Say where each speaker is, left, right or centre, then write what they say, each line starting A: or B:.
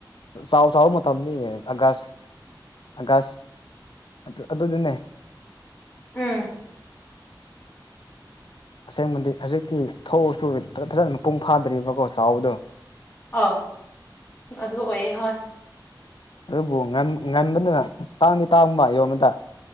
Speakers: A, on the left; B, on the left.
A: ꯆꯥꯎ ꯆꯥꯎꯕ ꯃꯇꯝꯅꯤꯅꯦ ꯑꯥꯒꯁ ꯑꯥꯒꯁ ꯑꯗꯨ ꯑꯗꯨꯗꯤꯅꯦ
B: ꯎꯝ
A: ꯑꯁꯦꯡꯕꯗꯤ ꯍꯧꯖꯤꯛꯇꯤ ꯊꯧꯁꯨ ꯐꯖꯅ ꯃꯄꯨꯡ ꯐꯥꯗ꯭ꯔꯤꯕꯀꯣ ꯆꯥꯎꯕꯗꯣ
B: ꯑꯥꯎ ꯑꯗꯨ ꯑꯣꯏꯌꯦ ꯍꯣꯏ
A: ꯑꯗꯨꯕꯨ ꯉꯟ ꯉꯟꯕꯗꯨꯅ ꯇꯥꯡꯗꯤ ꯇꯥꯡꯕ ꯌꯣꯟꯕꯗ